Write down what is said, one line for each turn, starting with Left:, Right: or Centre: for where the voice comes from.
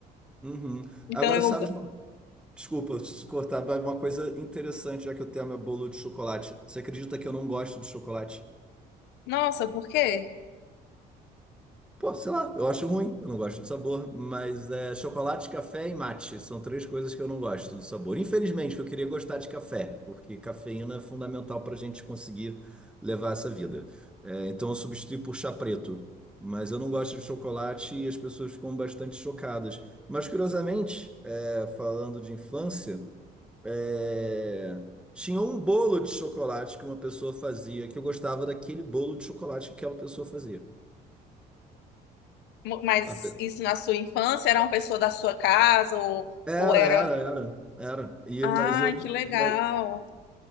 Centre: Uhum.
Left: Então
Centre: Agora,
Left: eu,
Centre: sabe? Desculpa se cortar, mas uma coisa interessante, já que o tema é bolo de chocolate. Você acredita que eu não gosto de chocolate?
Left: nossa, por quê?
Centre: Pô, sei lá, eu acho ruim, eu não gosto do sabor, mas é chocolate, café e mate são três coisas que eu não gosto do sabor. Infelizmente, eu queria gostar de café, porque cafeína é fundamental para a gente conseguir levar essa vida. É, então eu substituí por chá preto, mas eu não gosto de chocolate e as pessoas ficam bastante chocadas. Mas curiosamente, é, falando de infância. É, Tinha um bolo de chocolate que uma pessoa fazia, que eu gostava daquele bolo de chocolate que aquela pessoa fazia.
Left: Mo- Mas
Centre: A pe-
Left: isso na sua infância era uma pessoa da sua casa ou,
Centre: Era,
Left: ou era,
Centre: era, era, era. E,
Left: ai,
Centre: mas eu.
Left: que legal.
Centre: mas-